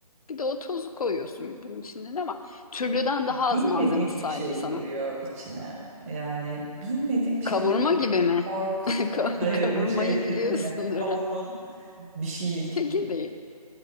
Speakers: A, on the left; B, on the right.
A: bir de o tozu koyuyorsun bunun içinde ama türlüden daha az
B: Bilmediğim
A: malzeme saydım
B: bir şey
A: sana.
B: giriyor içine. Yani bilmediğim şey
A: Kavurma gibi mi?
B: korkutuyor.
A: <laughs> Ka-
B: <laughs> Hayır
A: Kavurmayı
B: o şey
A: biliyorsundur.
B: dedin ya kavunun
A: <laughs> ha.
B: bir şeyi.
A: Çekirdeği.